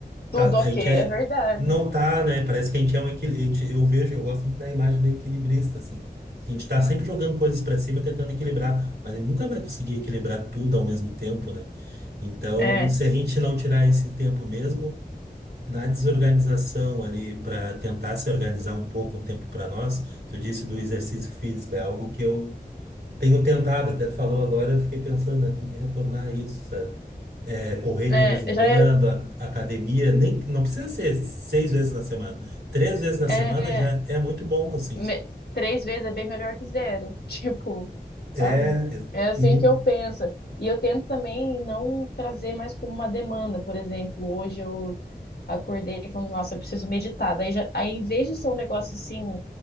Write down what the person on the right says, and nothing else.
Tá, a
gente é,
não tá, né? Parece que a gente é um equilibrista. Eu vejo, eu gosto muito da imagem do equilibrista, assim. A gente tá sempre jogando coisas para cima, tentando equilibrar, mas ele nunca vai conseguir equilibrar tudo ao mesmo tempo, né? Então,
se a gente não tirar esse tempo mesmo na desorganização ali para tentar se organizar um pouco, um tempo para nós, tu disse do exercício físico, é algo que eu tenho tentado, até tu falou agora, eu fiquei pensando, né, tem que retornar a isso, sabe? É, correr
de vez em
quando,
a- academia, nem, não precisa ser seis vezes na semana. Três vezes na
semana já é muito bom, assim.
É,
uhum,